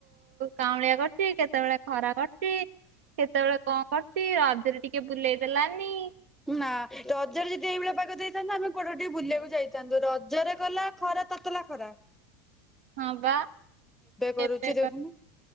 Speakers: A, on the right; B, in the centre.
A: କାଉଁଳିଆ କରୁଛି। କେତେବେଳେ ଖରା କରୁଛି କେତେବେଳେ କଣ କରୁଛି। ରଜରେ ଟିକେ ବୁଲେଇ ଦେଲାନି।
B: ନା ରଜରେ ଯଦି ଏଇଭଳିଆ ପାଗ ଦେଇଥାନ୍ତା। ଆମେ କୁଆଡ଼େ ଟିକେ ବୁଲିବାକୁ ଯାଇଥାନ୍ତୁ ରଜରେ କଲା ଖରା। ତତଲା ଖରା।
A: ହଁ ବା
B: କରୁଛି
A: ଏବେ
B: ଦେଖୁନୁ
A: ବା